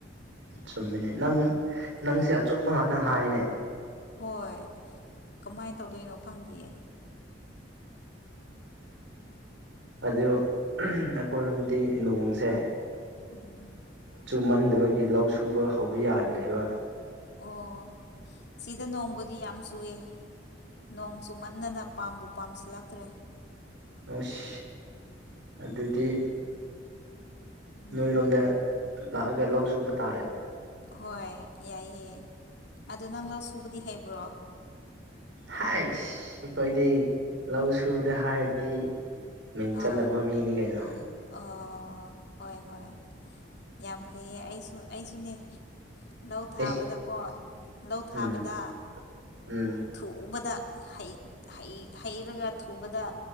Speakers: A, on the right; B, on the left.
A: ꯆꯨꯝꯃꯤꯅꯤ ꯅꯪ ꯅꯪꯁꯦ
B: ꯎꯝ
A: ꯑꯆꯨꯝꯕ ꯉꯥꯛꯇꯪ ꯍꯥꯏꯅꯦ꯫
B: ꯍꯣꯏ ꯀꯃꯥꯏꯅ ꯇꯧꯗꯣꯏꯅꯣ ꯈꯪꯗꯏꯌꯦ꯫
A: ꯑꯗꯨ ꯑꯩꯈꯣꯏꯔꯣꯝꯗꯤ ꯅꯣꯡꯁꯦ꯫
B: ꯎꯝ꯫
A: ꯆꯨꯝꯃꯟꯗꯕꯒꯤ ꯂꯧ ꯁꯨꯕ ꯍꯧꯕ ꯌꯥꯗ꯭ꯔꯦꯕ꯫
B: ꯑꯣ ꯁꯤꯗ ꯅꯣꯡꯕꯨꯗꯤ ꯌꯥꯝ ꯆꯨꯏꯦ꯫ ꯅꯣꯡ ꯆꯨꯃꯟꯗꯅ ꯄꯥꯝꯕꯨ ꯄꯥꯝꯁꯤꯜꯂꯛꯇ꯭ꯔꯦ꯫
A: ꯎꯁ ꯑꯗꯨꯗꯤ
B: ꯎꯝ
A: ꯅꯣꯏꯔꯣꯝꯗ꯫ ꯂꯥꯛꯑꯒ ꯂꯧ ꯁꯨꯕ ꯇꯥꯔꯦ꯫
B: ꯍꯣꯏ ꯌꯥꯏꯌꯦ ꯑꯗꯣ ꯅꯪ ꯂꯧ ꯁꯨꯕꯗꯤ ꯍꯩꯕ꯭ꯔꯣ
A: ꯍꯥꯏꯁ ꯑꯩꯈꯣꯏꯗꯤ ꯂꯧ ꯁꯨꯕꯗ ꯍꯥꯏꯔꯗꯤ ꯃꯤꯡ
B: ꯑꯥ
A: ꯆꯠꯂꯕ ꯃꯤꯅꯤ ꯀꯩꯅꯣ
B: ꯑꯣ ꯍꯣꯏ ꯍꯣꯏ ꯌꯥꯝ ꯐꯩꯌꯦ ꯑꯩꯁꯨ ꯑꯩꯁꯨꯅꯦ ꯂꯧ ꯊꯥꯕꯗꯀꯣ
A: ꯑꯦꯁ
B: ꯂꯧ ꯊꯥꯕꯗ
A: ꯎꯝ ꯎꯝ
B: ꯊꯨꯕꯗ ꯍꯩ ꯍꯩ ꯍꯩꯔꯒ ꯊꯨꯕꯗ